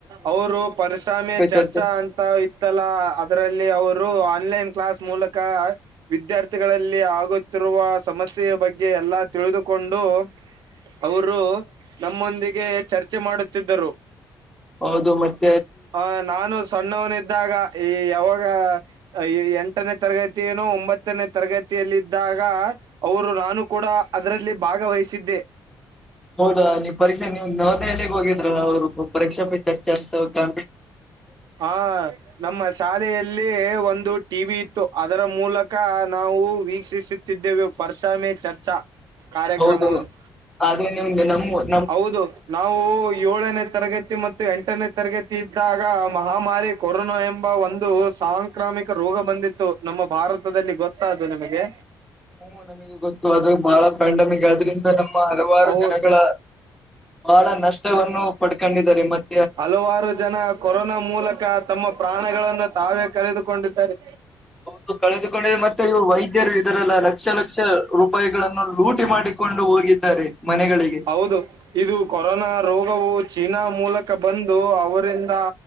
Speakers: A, on the right; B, in the centre.
A: ಅವರು ಪರಿಸಾಮೆ ಚರ್ಚಾ
B: ಚರ್ಚೆ
A: ಅಂತ್ ತ್ತ ಇತ್ತಲ್ಲಾ ಅದ್ರಲ್ಲಿ ಅವರು ಆನ್ಲೈನ್ ಕ್ಲಾಸ್ ಮೂಲಕ. ವಿದ್ಯಾರ್ಥಿಗಳಲ್ಲಿ ಆಗುತ್ತಿರುವ ಸಮಸ್ಯೆಯ ಬಗ್ಗೆ ಎಲ್ಲಾ ತಿಳಿದುಕೊಂಡು. ಅವರು ನಮ್ಮೊಂದಿಗೆ ಚರ್ಚೆ ಮಾಡುತ್ತಿದ್ದರು.
B: ಹೌದು ಮತ್ತ್
A: ಆ ನಾನು ಸಣ್ಣವನಿದ್ದಾಗ ಈ ಯಾವಾಗ ಅ ಎಂಟನೇ ತರಗತಿ ಏನೋ ಒಂಬತ್ತನೇ ತರಗತಿಯಲ್ಲಿದ್ದಾಗ- ಅವರು ನಾನು ಕೂಡ ಅದರಲ್ಲಿ ಭಾಗವಹಿಸಿದ್ದೆ.
B: ಹೌದಾ ನೀವು ಪರೀಕ್ಷೆ ನೀವು ನವದೆಹಲಿಗೆ ಹೋಗಿದ್ರ ಅವರ್ ಪರೀಕ್ಷಾ ಪೈ ಚರ್ಚೆ ಅಂತಾ.
A: ಹಾ ನಮ್ಮ ಶಾಲೆಯಲ್ಲಿ ಒಂದು ಟಿ ವಿ ಇತ್ತು ಅದರ ಮೂಲಕ ನಾವು ವೀಕ್ಷಿಸಿಸ್ ತಿದ್ದೇವು ಪರ್ಸ ಮೇ ಚರ್ಚಾ ಕಾರ್ಯಕ್ರಮವನ್ನು
B: ಹೌದು ಆದ್ರಲ್ಲಿ ಒಂದ್ ನಮ್ಮ್
A: ಹೌದು ನಾವು ಏಳೋನೆ ತರಗತ್ ತಿ ಮತ್ತು ಎಂಟನೇ ತರಗತಿ ಇದ್ದಾಗ ಮಹಾಮಾರಿ ಕೊರೋನಾ ಎಂಬ ಒಂದು ಸಾಂಕ್ರಾಮಿಕ ರೋಗ ಬಂದಿತ್ತು. ತ್ತು ನಮ್ಮ ಭಾರತದಲ್ಲಿ ಗೊತ್ತ ಅದು ನಿಮಗೆ.
B: ಹ್ಮ ನಮಗೆ ಗೊತ್ತು ಅದು ಬಹಳ ಪ್ಯಾಂಡಮಿಕ್ ಆದ್ರಿಂದ ನಮ್ಮ ಹಲವಾರು
A: ಅವು
B: ಜನಗಳ ಬಹಳ ನಷ್ಟವನ್ನು ಪಡ್ಕೊಂಡಿದ್ದಾರೆ ಮತ್
A: ಹಲವಾರು ಜನ ಕೊರೋನಾ ಮೂಲಕ ತಮ್ಮ ಪ್ರಾಣಗಳನ್ನು ತಾವೇ ಕಳೆದುಕೊಂಡಿದ್ದಾರೆ.
B: ಹೌದು ಕಳೆದುಕೊಂಡಿದೆೆ ಮತ್ತೆ ಇವು ವೈದ್ಯರು ಇದರಲ್ಲ ಲಕ್ಷ ಲಕ್ಷ ರೂಪಾಯ್ ಗಳನ್ನು ಲೂಟಿ ಮಾಡಿಕೊಂಡು ಹೋಗಿದ್ದಾರೆ ಮನೆಗಳಿಗೆ.
A: ಹೌದು ಇದು ಕೊರೋನಾ ರೋಗವು ಚೀನಾ ಮೂಲಕ ಬಂದು ಅವರಿಂದ